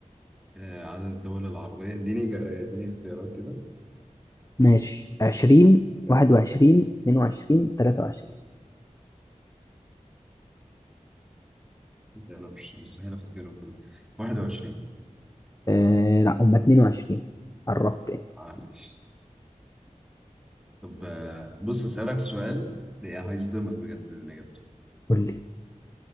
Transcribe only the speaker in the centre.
آه، عدد الدول العربية اديني جا- آه، اديني اختيارات كده
لا لا مش مستحيل افتكرهم كلهم 21
معلش طب آه، بص اسألك سؤال هيصدمك بجد من اجابته